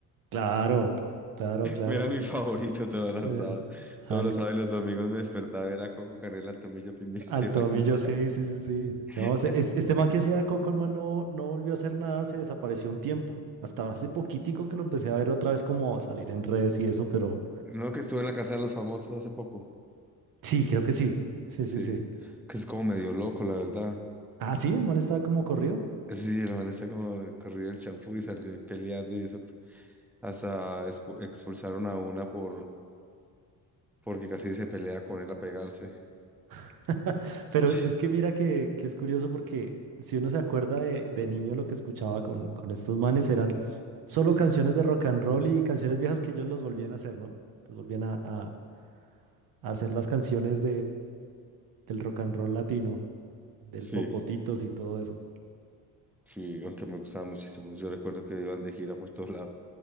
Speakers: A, on the right; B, in the centre.
A: Claro, claro, claro.
B: Era mi favorito todos los
A: Pues,
B: sábados.
A: Al,
B: Todos
A: al-
B: los sábados y los domingos me despertaba, era coco, canela, tomillo, pimienta
A: Al
B: y vainilla.
A: Tomillo, sí, sí, sí, sí.
B: <laughs>
A: No, se- es- este man que hacía de Cockerman no, no volvió a hacer nada, se desapareció un tiempo. Hasta hace poquitico que lo empecé a ver otra vez como salir en redes y eso, pero
B: No, que estuve en la casa de los famosos hace poco.
A: sí, creo que sí. Sí,
B: Sí,
A: sí, sí.
B: que es como medio loco, la verdad.
A: Ah, sí, el man estaba como corrido.
B: Sí, el man está como corrido el champú y salió ahí peleando y eso. Hasta expu- expulsaron a una por porque casi se pelea con él a pegarse.
A: <laughs> Pero
B: <laughs>
A: es que mira que, que es curioso porque si uno se acuerda de, de niño lo que escuchaba con, con estos manes eran solo canciones de rock and roll y canciones viejas que ellos los volvían a hacer, ¿no? Los volvían a, a- a hacer las canciones del rock and roll latino, del
B: Sí,
A: Popotitos y todo eso.
B: sí, aunque me gustaba muchísimo. Yo recuerdo que iban de gira por todos lados